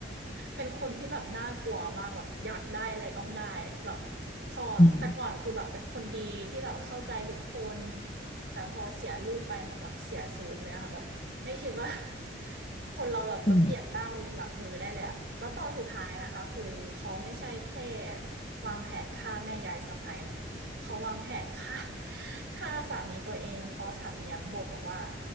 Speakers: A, on the right; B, on the left.
A: เป็นคนที่แบบน่ากลัวมากแบบอยากได้อะไรต้องได้แบบพอแต่ก่อนคือแบบเป็นคนดีที่แบบเข้าใจทุกคน
B: อืม
A: แต่พอเสียลูกไปเหมือนแบบเสียศูนย์เลยอะค่ะแบบไม่คิดว่า <laughs> คนเราแบบจะเปลี่ยนหน้ามือเป็นหลังมือได้เลยอะแล้วตอนสุดท้ายนะคะคือเขาไม่ใช่แค่
B: อืม
A: วางแผนฆ่าแม่ยายสะใภ้เนาะ เขาวางแผนฆ่า <laughs> ฆ่าสามีตัวเองเพราะสามีบ่นบอกว่า